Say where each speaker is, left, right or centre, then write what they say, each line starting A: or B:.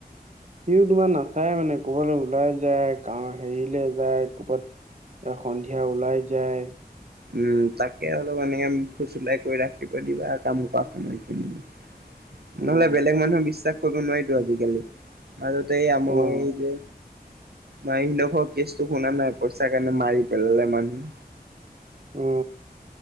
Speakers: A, on the right; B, on the right.
A: সিও তোমাৰ নাচায় মানে ক'বালৈ ওলাই যায় কাম হেৰিলে যায় ক'বাত এ সন্ধিয়া ওলাই যায়।
B: উম তাকে অলপ এনেকে ফুচুলাই কৰি ৰাখিব দিবা আৰু কাম কৰা সময়খিনিত।
A: অ',
B: নহ'লে বেলেগ মানুহক বিশ্বাস কৰিব নোৱাৰিতো আজিকালি মাজতে আমাৰ
A: অ',
B: এই যে মাইনডভৰ কেষ্টো শুনা নাই পইচাৰ কাৰণে মাৰি পেলালে মানুহ
A: অ